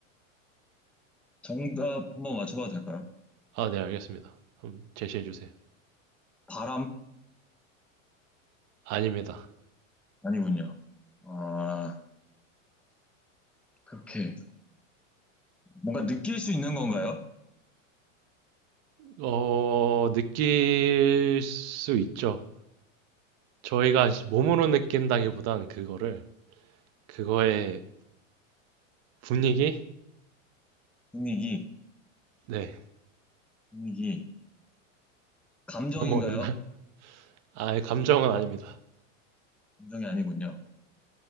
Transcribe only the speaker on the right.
아, 네, 알겠습니다. 그럼 제시해 주세요.
아닙니다.
어, 느낄 수 있죠. 저희가 몸으로 느낀다기보단 그거를, 그거의 분위기?
네,
<laughs> 너무 어렵나요? 아, 감정은 아닙니다.